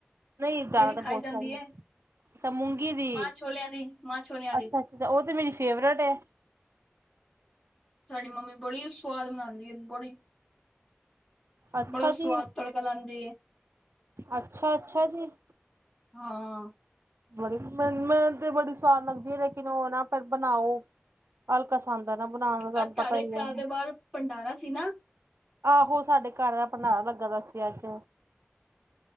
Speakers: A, on the right; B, in the centre.
A: ਨਈਂ ਜ਼ਾਦਾ
B: ਜਿਹੜੀ
A: ਤਾਂ ਬੋਤ
B: ਖਾਈ ਜਾਂਦੀ
A: ਸਾਰੀਆਂ।
B: ਹੈ
A: ਅੱਛਾ ਮੂੰਗੀ ਦੀ
B: ਮਾਂ ਛੋਲਿਆਂ ਦੀ ਮਾਂ ਛੋਲਿਆਂ ਦੀ
A: ਅੱਛਾ-ਅੱਛਾ ਓ ਤੇ ਮੇਰੀ ਫੇਵਰੇਟ ਐ।
B: ਸਾਡੀ ਮੰਮੀ ਬੜੀ ਸਵਾਦ ਬਨਾਦੀ ਐ ਬੜੀ
A: ਅੱਛਾ
B: ਬੜਾ ਸਵਾਦ
A: ਜੀ
B: ਤੜਕਾ ਲਾਂਦੀ ਐ।
A: ਅੱਛਾ ਅੱਛਾ ਜੀ
B: ਹਾਂ।
A: ਬੜੀ ਮ ਮੈ ਤੇ ਬੜੀ ਸਵਾਦ ਲੱਗਦੀ ਐ ਲੇਕਿਨ ਓ ਨਾ ਫਿਰ ਬਨਾਓ। ਅਲਕਾਸੰਦ ਆ ਨਾ ਬਨਾਨ ਦਾ ਤਾਨੂੰ
B: ਅੱਜ
A: ਪਤਾ
B: ਤੁਹਾਡੇ
A: ਈ
B: ਘਰ
A: ਐ।
B: ਦੇ ਬਾਹਰ ਭੰਡਾਰਾ ਸੀ ਨਾ
A: ਆਹੋ ਸਾਡੇ ਘਰ ਦਾ ਭੰਡਾਰਾ ਲੱਗ ਦਾ ਸੀ ਅੱਜ।